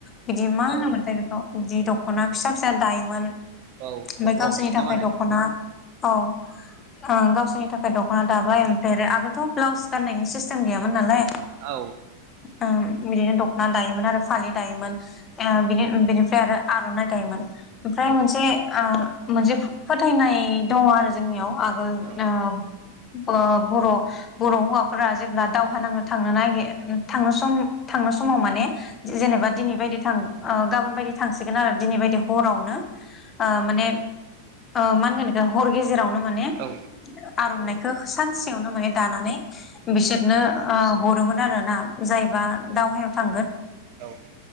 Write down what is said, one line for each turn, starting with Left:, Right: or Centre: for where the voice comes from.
Left: बिदि मा होनोमोनथाय बेखौ। जि दक्ट अना फिसा फिसा दायोमोन। ओमफ्राय
Right: औ अग्रं
Left: गावसोरनि
Right: ना
Left: थाखाय
Right: मा होनो
Left: दख'ना औ ओ गावसोरनि थाखाय दख'ना दाबाय ओमफ्राय आरो आगोलथ' ब्लाउस गाननायनि सिस्टेम गैयामोन नालाय।
Right: औ
Left: ओ बिदिनो दख'ना दायोमोन आरो फालि दायोमोन ओ
Right: औ
Left: बिनि बिनिफ्राय आरो आर'नाइ दायोमोन ओमफ्राय
Right: औ
Left: मोनसे ओ मोनसे फोथायनाय दङ आरो जोंनियाव आगोल
Right: औ
Left: ओ ब-बर' बर' हौवाफोरा जेब्ला दावहा नांनो थांनो नागिर थांनो सम थांनो समाव माने जेनेबा दिनै बायदि थां ओ गाबोन बायदि थांसै <unintelligible> आरो दिनि बायदि हरावनो ओ माने ओ मा होनगोन बिखौ हर गेजेरावनो माने
Right: औ
Left: आर'नायखो सानसेयावनो माने दानानै बिसोरनो ओ हरोमोन आरो ना जायबा दावहायाव थांगोन
Right: औ औ